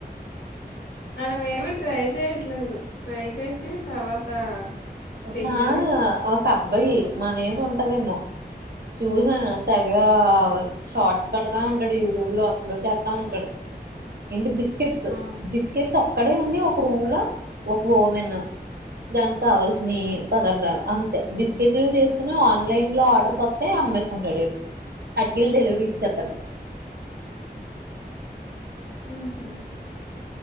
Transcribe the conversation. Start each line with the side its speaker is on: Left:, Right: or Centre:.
Left: మనము ఏమి ట్రై చేయట్లేదు. ట్రై చేసి తర్వాత చెయ్యాలి
Right: కాదు అప్ అబ్బాయి మన ఏజ్ ఉంటదేమో చూసాను తెగా షార్ట్స్ పెడతా ఉంటాడు యూట్యూబ్ లో అప్లోడ్ చేస్తా ఉంటాడు. ఏంటి బిస్ స్కెట్స్
Left: ఆ
Right: బిస్కెట్స అక్కడే ఉండి ఒక రూమ్ లో ఒక ఓవెన్ దానికి కావాల్సి నీ పదార్థాలు అంతే బిస్కెట్లు చేసుకుని ఆన్లైన్ లో ఆర్డర్స్ వత్తే అమ్మేసుకుంటాడు ఈడు అటుకెళ్ళి డెలివరీ ఇచ్చేత్తాడు.
Left: ఉహు